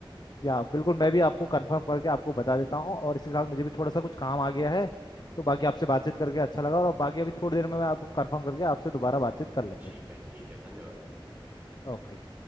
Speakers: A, on the left; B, on the right.
A: या बिल्कुल मैं भी आपको कंफर्म करके आपको बता देता हूँ और इसके साथ मुझे भी थोड़ा सा कुछ काम आ गया है
B: हम्म
A: तो बाकी आपसे बातचीत करके अच्छा लगा और बाकी अभी थोड़ी देर में मैं आपको कंफर्म करके आपसे दोबारा बातचीत कर लेंगे
B: ठीक है ठीक है धन्यवाद
A: ओके